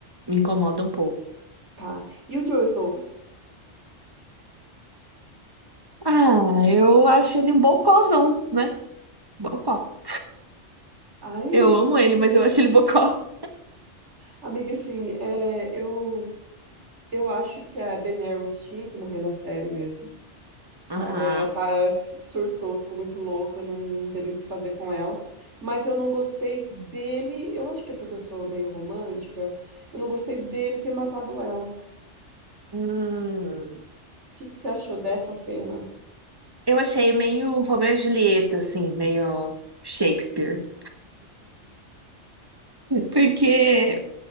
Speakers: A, on the right; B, on the right.
A: Me incomoda um pouco.
B: Tá. E o Joe Snow?
A: Ah, eu acho ele um bocózão, né? Bocó.
B: Ai, amiga,
A: Eu amo
B: porque...
A: ele, mas eu acho ele bocó.
B: Amiga, assim, é, eu, eu acho que a Daenerys tinha que morrer na série mesmo, sabe?
A: Aham.
B: É, tá, f- surtou, ficou muito louca, não, não teria o que fazer com ela. Mas eu não gostei dele, eu acho que é porque eu sou meio romântica, eu não gostei dele ter matado ela. O
A: Hum,
B: que que você achou dessa cena?
A: eu achei meio Romeu e Julieta, assim, meio Shakespeare. Porque